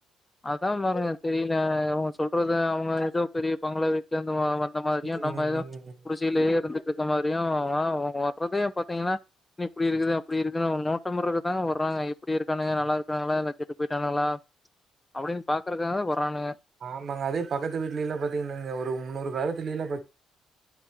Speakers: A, on the left; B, on the right.
A: அதா பாருங்க தெரில இவுங்க சொல்றது அவங்க ஏதோ பெரிய பங்ளா வீ ட்ல வந்த மாதிரியு
B: ம்.
A: நம்ம ஏதோ குடிசையிலேயே இருந்து த மாரியு வ வர்றதே பாத்தீங்ன்னா என்ன இப்டி இருக்குது அப்டி இருக்குனு அவனுக நோட்ட விட்றதுக்தா வறாங்க எப்டி இருக்கணு நல்லாரு க்காங்ளா இல்ல கெட்டு போய்ட்டானுகளா அப்டினு பாக்கறக்காகவே வரானுக
B: ஆமாங்க அதே பக்கத்து வீட்லலா பாத்தீங்னாங்க ஒரு முன்னோறு காலத்திலலா பா